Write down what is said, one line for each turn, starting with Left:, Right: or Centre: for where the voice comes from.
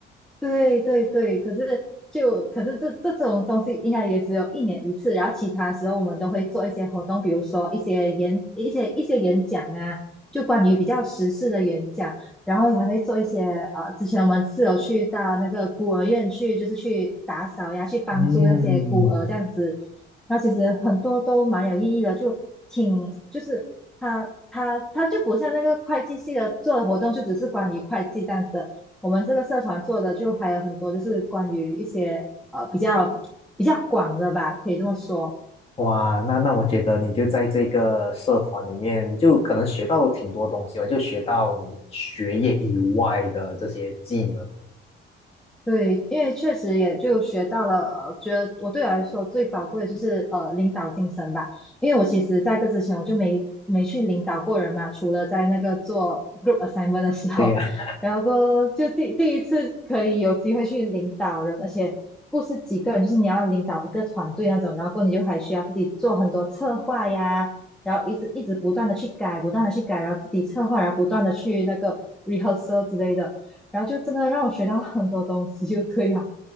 Centre: 对对对，可是就可是这这种东西应该也只有一年一次，然后其他时候我们都会做一些活动，比如说一些演一些一些演讲啊，就关于比较时事的演讲，然后还会做一些呃，之前我们是有去到那个孤儿院去，就是去打扫呀，去帮助那些孤儿这样子，
Left: 嗯
Centre: 然后其实很多都蛮有意义的，就挺就是他他他就不像那个会计系的做的活动，就只是关于会计这样子。我们这个社团做的就还有很多，就是关于一些呃比较比较广的吧，可以这么说。
Left: 哇，那那我觉得你就在这个社团里面，就可能学到挺多东西吧，就学到你学业以外的这些技能。
Centre: 对，因为确实也就学到了，呃，觉得我对我来说最宝贵的就是呃领导精神吧。因为我其实在这之前我就没没去领导过人嘛，除了在那个做 group assignment 的时候，
Left: 对呀。
Centre: 然后过后就第第一次可以有机会去领导人，而且不是几个人，就是你要领导一个团队那种，然后过后你就还需要自己做很多策划呀，然后一直一直不断的去改，不断的去改，然后自己策划，然后不断的去那个 rehearsal 之类的。然后就真的让我学到很多东西，就对了。